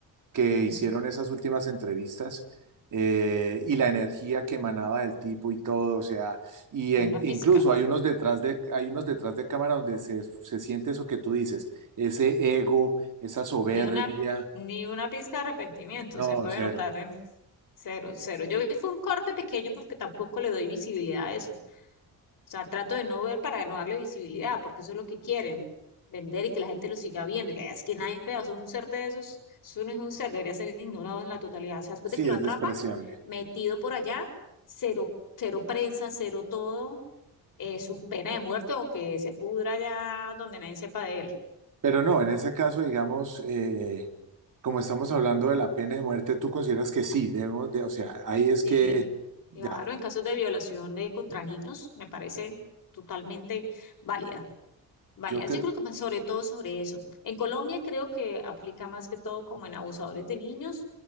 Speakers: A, on the right; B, on the left.
A: que
B: ujú,
A: hicieron esas últimas entrevistas eh, y la energía que emanaba del tipo y todo, o sea, y
B: ni
A: en-
B: una pizca.
A: incluso hay unos detrás de, hay unos detrás de cámara donde se, se siente eso que tú dices, ese ego, esa soberbia,
B: Ni una, ni una pizca de arrepentimiento
A: no,
B: se puede
A: cero,
B: notar en cero, cero. Yo vi fue un corte pequeño porque tampoco le doy visibilidad a eso. O sea, trato de no ver para no darle visibilidad, porque eso es lo que quieren, vender y que la gente lo siga viendo. Y la idea es que nadie vea, o sea, un ser de esos, eso no es un ser, debería ser ignorado en la totalidad. O sea, después
A: sí,
B: de que lo
A: es
B: atrapan,
A: despreciable.
B: metido por allá, cero, cero prensa, cero todo, es un pena de muerte o que se pudra allá donde nadie sepa de él.
A: Pero no, en ese caso, digamos, eh, como estamos hablando de la pena de muerte, tú consideras que sí, debemos de, o sea, ahí es
B: Sí.
A: que, ya,
B: Claro, en casos de violación eh, contra niños, me parece totalmente válida, válida.
A: yo creo,
B: Yo creo que más sobre todo sobre eso. En Colombia creo que aplica más que todo como en abusadores de niños